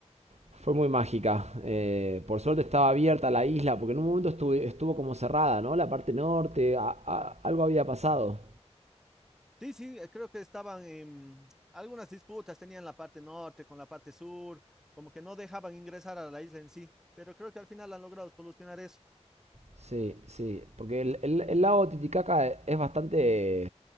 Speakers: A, on the right; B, in the centre.
A: fue muy mágica. Eh, por suerte estaba abierta la isla, porque en un momento estuve- estuvo como cerrada, ¿no? La parte norte, a- a- algo había pasado.
B: Sí, sí, eh, creo que estaban en algunas disputas, tenían la parte norte con la parte sur, como que no dejaban ingresar a la isla en sí, pero creo que al final han logrado solucionar eso.
A: Sí, sí, porque el, el- el lago Titicaca es bastante,